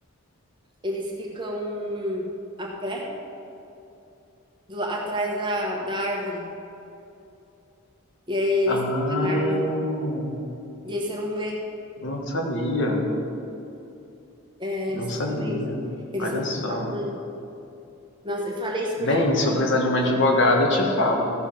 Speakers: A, on the right; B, on the left.
A: eles ficam a pé do la- atrás da, da árvore. E aí eles
B: Ah,
A: têm um radar móvel. E aí você não vê,
B: não sabia,
A: né?
B: não
A: Eles
B: sabia.
A: só fazem isso. Eles
B: Olha
A: são filhos
B: só.
A: da mãe. Nossa, eu falei isso porque
B: Bem,
A: eu
B: se
A: eu
B: eu precisar
A: já fui
B: de uma
A: pega.
B: advogada, eu te falo.